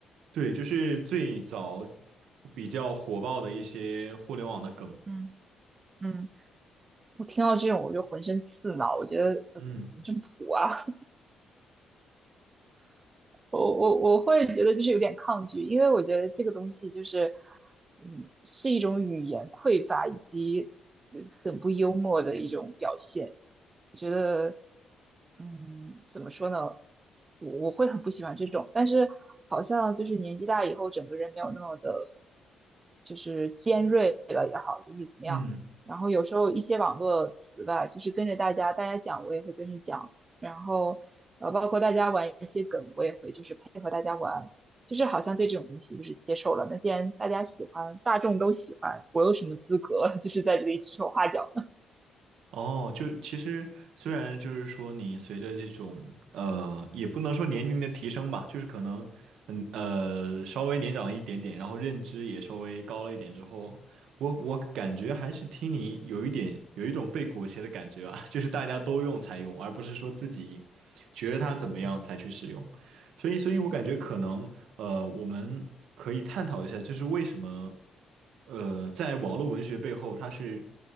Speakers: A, on the right; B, on the right.
A: 对，就是最早比较火爆的一些互联网的梗。
B: 嗯嗯我听到这种我就浑身刺挠，我觉得呃怎么这么土啊？
A: 嗯
B: 我我我会觉得就是有点抗拒，因为我觉得这个东西就是，嗯，是一种语言匮乏以及呃很不幽默的一种表现。我觉得，嗯，怎么说呢？我我会很不喜欢这种，但是好像就是年纪大以后，整个人没有那么的，就是尖锐了也好，就是怎么样。
A: 嗯。
B: 然后有时候一些网络词吧，就是跟着大家，大家讲我也会跟着讲。然后呃，包括大家玩一些梗，我也会就是配合大家玩，就是好像对这种东西就是接受了。那既然大家喜欢，大众都喜欢，我有什么资格 <laughs> 就是在这里指手画脚呢？
A: 哦，就其实虽然就是说你随着这种呃，也不能说年龄的提升吧，就是可能嗯呃稍微年长了一点点，然后认知也稍微高了一点之后，我我感觉还是听你有一点有一种被裹挟的感觉啊，<laughs> 就是大家都用才用，而不是说自己觉得它怎么样才去使用。所以，所以我感觉可能，呃，我们可以探讨一下，就是为什么，呃，在网络文学背后，它是